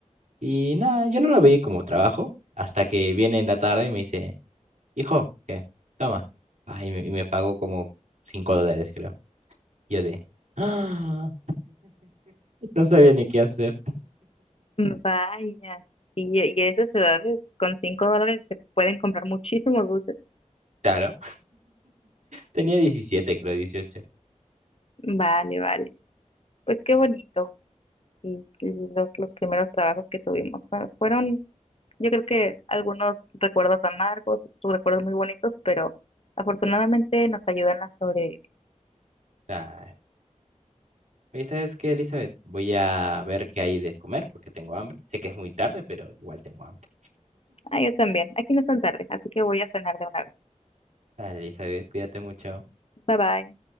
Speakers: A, on the right (about 70°); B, on the left (about 50°).
A: Y nada, yo no lo veía como trabajo hasta que viene en la tarde y me dice, hijo, ¿qué? Toma. Ah, y me, y me pagó como 5 dólares, creo. Yo de, ah, no sabía ni qué hacer.
B: Mm, Vaya. Y, y esas edades, con cinco dólares se pueden comprar muchísimos dulces.
A: Claro. Tenía 17 creo, dieciocho
B: Vale, vale. Pues qué bonito. Y, y los, los primeros trabajos que tuvimos fue- fueron, yo creo que algunos recuerdos amargos, otros recuerdos muy bonitos, pero afortunadamente nos ayudan a sobrevivir.
A: Ay. Oye, ¿sabes qué, Elizabeth? Voy a ver qué hay de comer porque tengo hambre. Sé que es muy tarde, pero igual tengo hambre.
B: Ah, yo también. Aquí no es tan tarde, así que voy a cenar de una vez.
A: Dale, Elizabeth, cuídate mucho.
B: Bye bye.